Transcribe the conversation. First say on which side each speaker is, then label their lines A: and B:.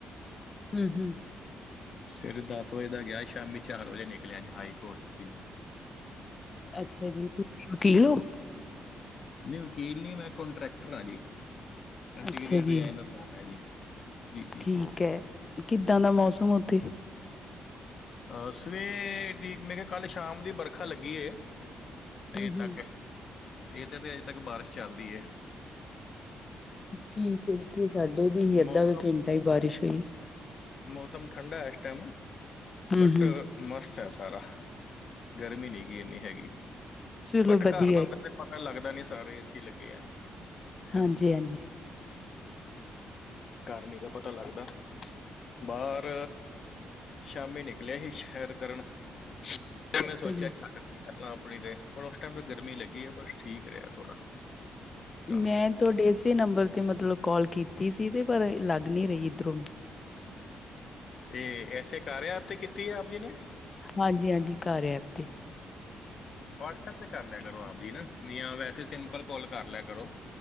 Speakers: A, on the left; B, on the left.
A: ਹੂੰ, ਹੂੰ।
B: ਸਵੇਰੇ ਦੱਸ ਵਜੇ ਦਾ ਗਿਆ ਸ਼ਾਮੀ ਚਾਰ ਵਜੇ ਨਿਕਲਿਆ ਅੱਜ ਹਾਈ ਕੋੋਰਟ ਸੀਂ
A: ਅੱਛਾ ਜੀ ਤੁਸੀਂ ਵਕੀਲ ਹੋ
B: ਨਹੀਂ ਵਕੀਲ ਨ ਮੈਂ ਕੋਂਟਰੈਕਟਰ ਹਾਂ ਜੀ ਇੰਟੀਰੀਅਰ
A: ਅੱਛਾ ਜੀ
B: ਡਿਜ਼ਾਇਨਰ ਮੈਂ ਜੀ ਜੀ ਜੀ
A: ਠੀਕ
B: ਜੀ
A: ਹੈ ਕਿੱਦਾਂ ਦਾ ਮੌਸਮ ਉੱਥੇ
B: ਅਹ ਸਵੇਰ ਦੀ ਮੈਂ ਕਿਹਾ ਕੱਲ ਸ਼ਾਮ ਦੀ ਵਰਖਾ ਲੱਗੀ
A: ਹੂੰ
B: ਅਜੇ
A: ਹੂੰ
B: ਤੱਕ ਇੱਧਰ ਤੇ ਅਜੇ ਤੱਕ ਬਾਰਿਸ਼ ਚੱਲਦੀ ਹੈ
A: ਠੀਕ ਇੱਥੇ ਸਾਡੇ ਵੀ ਹੀ ਅੱਧਾ
B: ਮੌਸਮ
A: ਕੁ ਘੰਟਾ ਹੀ ਬਾਰਿਸ਼ ਹੋਈ
B: ਮੌਸਮ ਠੰਡਾ ਹੈ ਇਸ ਟਾਈਮ
A: ਹੂੰ
B: ਬਟ
A: ਹੂੰ
B: ਮਸਤ ਹੈ ਸਾਰਾ ਗਰਮੀ ਨੀ ਗ ਇੰਨੀ ਹੈਗੀ
A: ਚਲੋ
B: ਬਟ
A: ਵਧੀਆ
B: ਘਰ ਦਾੰਦਾ
A: ਜੀ,
B: ਪਤਾ ਲੱਗਦਾ ਨੀ ਸਾਰੇ ਏਸੀ ਲੱਗੇ ਆ
A: ਹਾਂਜੀ
B: ਹਮ ਹਮ
A: ਹਾਂਜੀ
B: ਘਰ ਨਹੀਂ ਨਾ ਪਤਾ ਲੱਗਦਾ ਬਾਹਰ ਸ਼ਾਮੀ ਨਿਕਲਿਆ ਸੀ ਸੈਰ ਕਰਨ ਫਿਰ ਮੈਂ
A: ਅੱਛਾ
B: ਸੋਚਿਆ
A: ਜੀ
B: ਘਰ ਕੀ ਆਪਣੀ ਤੇ ਹੁਣ ਉਸ ਟਾਈਮ ਤੇ ਗਰਮੀ ਲੱਗੀ ਹੈ ਬਸ ਠੀਕ ਰਿਹਾ ਥੋੜਾ ਤਾਂ
A: ਮੈਂ ਤੁਹਾਡੇ ਇਸੇ ਨੰਬਰ ਤੇ ਮਤਲਬ ਕਾਲ ਕੀਤੀ ਸੀ ਤੇ ਪਰ ਲੱਗ ਨ ਰਹੀ ਇੱਧਰੋਂ
B: ਇਹ ਐਸੇ ਕਾਰ ਤੇ ਕੀਤੀ ਹੈ ਆਪ ਜੀ ਨੇ
A: ਹਾਂਜੀ ਹਾਂਜੀ ਕਾਰ ਐਪ ਤੇ ਹੈ ਤੇ
B: ਵਟਸਐਪ ਤੇ ਕਰ ਲਿਆ ਕਰੋ ਆਪ ਜੀ ਨਾ ਜਾਂ ਵੈਸੇ ਸਿੰਪਲ ਕੋਲ ਕਰ ਲਿਆ ਕਰੋ